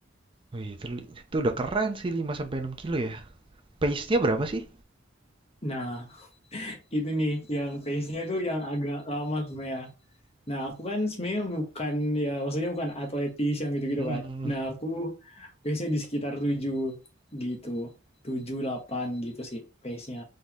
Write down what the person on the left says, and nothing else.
Nah, itu nih yang pace-nya tuh yang agak lama sebenarnya. Nah, aku kan sebenarnya bukan ya maksudnya bukan atletis yang gitu-gitu
kan. Nah, aku pace-nya di sekitar 7 gitu. 7 8 gitu sih pace-nya.